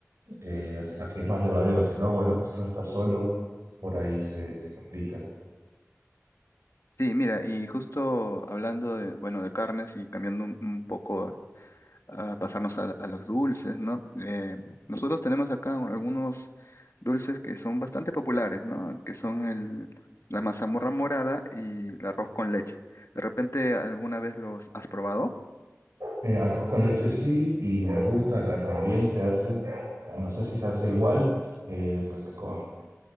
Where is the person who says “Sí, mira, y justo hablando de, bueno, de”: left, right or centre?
Left